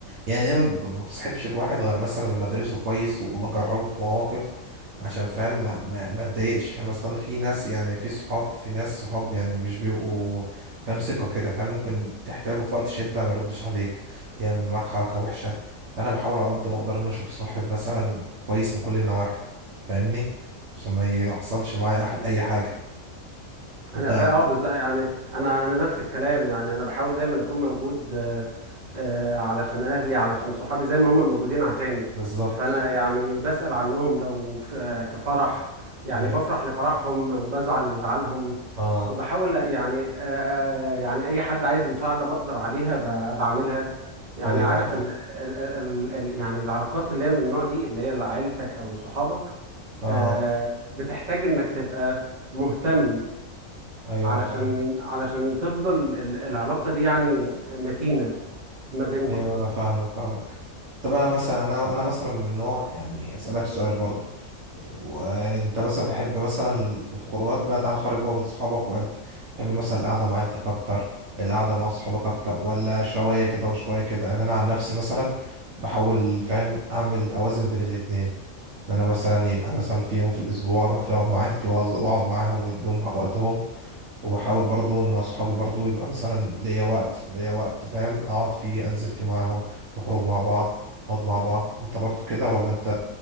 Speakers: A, on the right; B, on the right.
A: يعني انا ب- ما بصحبش الواحد غير مثلا لما ادرسه كويس واجربه في مواقف عشان فاهم ما ما ما اتضايقش فاهم اصل انا في ناس يعني في صحاب في ناس صحاب يعني مش بيبقوا فاهم ثقة كده فاهم ممكن تحتاجه في وقت شدة ما يردش عليك يعمل معاك حركة وحشة فانا بحاول على قد ما اقدر ان أنا اشوف صاحب مثلا كويس من كل النواحي فاهمني عشان ما يحصلش معايا أح- اي حاجة انت
B: انا فا اه بز... يعني انا انا نفس الكلام يعني انا بحاول دايما اكون موجود آه، آه، علشان اهلي علشان صحابي زي ما هم موجودين عشاني
A: بالظبط
B: فانا يعني بسأل عنهم لو في آه، في فرح يعني
A: ايوه
B: بفرح لفرحهم وبزعل لزعلهم
A: اه
B: وبحاول يعني آه، يعني اي حد عايز مساعده بقدر عليها ب- بعملها يعني
A: ايوه
B: عارف
A: انا فاهم
B: ان ال ال ال يعني العلاقات اللي هي من النوع دي اللي هي عيلتك او صحابك
A: اه
B: آه، بتحتاج انك تبقى مهتم
A: ايوه
B: علشان
A: انا فاهم
B: علشان تفضل ال- العلاقه دي يعني متينه ما بينكم
A: ايوه انا فاهمك فاهمك انت بقى مثلا انا انا مثلا من نوع يعني اسالك سؤال برضو وانت مثلا بحب مثلا الخروجات بقى تعال خارج بقى من صحابك وعيلتك بحب مثلا القعده مع عيلتك اكتر القعده مع صحابك اكتر ولا شويه كده وشويه كده ان انا عن نفسي مثلا بحاول فاهم اعمل اوازن بين الاتنين ان انا مثلا يبقى مثلا في يوم في الاسبوع اروح فيه اقعد مع عيلتي وأهز- واقعد معاهم واديهم حق- وقتهم وبحاول برضو ان اصحابي برضو يبقى مثلا ليا وقت ليا وقت فاهم اقعد فيه انزل فيه معاهم نخرج مع بعض نقعد مع بعض انت برضو كده ولا انت